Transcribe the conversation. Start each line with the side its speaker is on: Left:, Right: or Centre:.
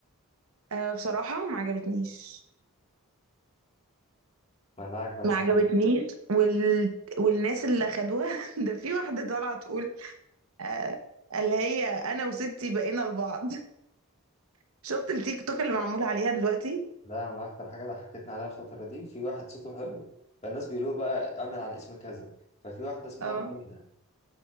Right: آه بصراحة ما عجبتنيش
Left: ما انا عاجبه ناس
Right: ما عجبتنيش
Left: كتير.
Right: وال... والناس اللي اخدوها <laughs> ده في واحده طالعه تقول آه اللي هي انا وستي بقينا لبعض <laughs> شفت التيك توك اللي معمول عليها دلوقتي
Left: ده من اكتر حاجه ضحكتني عليها الفتره دي في واحد صوته حلو فالناس بيقولوا بقى اعمل عن اسم كذا ففي واحده اسمها
Right: اه
Left: خوله